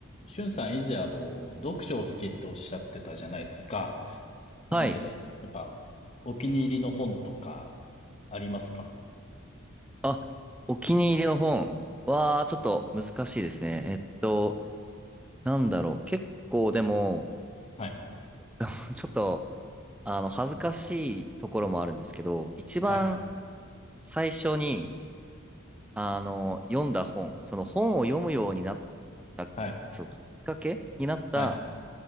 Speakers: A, on the left (about 30°); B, in the centre.
A: しゅんさん以前あの、読書を好きっておっしゃってたじゃないですか。なんで、
B: はい。
A: やっぱ、お気に入りの本とかありますか
B: あ、お気に入りの本は、ちょっと難しいですね。えっと、なんだろう。結構でも、
A: はい、
B: <laughs> ちょっと、あの、恥ずかしいところもあるんですけど、一番
A: はい、
B: 最初に、あの、読んだ本、その本を読むようになった、
A: はい、
B: そう、きっかけになった
A: はい、